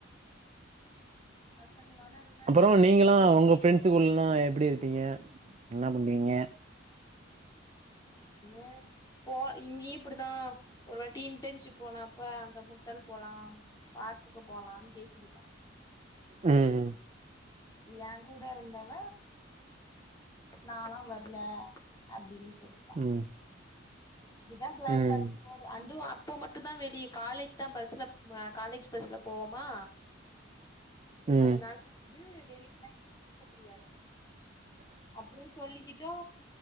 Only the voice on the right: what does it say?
அப்புறோ
நீங்கலா உங்க ப்ரெண்ட்ஸு கூடலா எப்புடி இருப்பீங்க என்ன பண்ணுவீங்க
ம்
ம்
ம்
ம்
ம்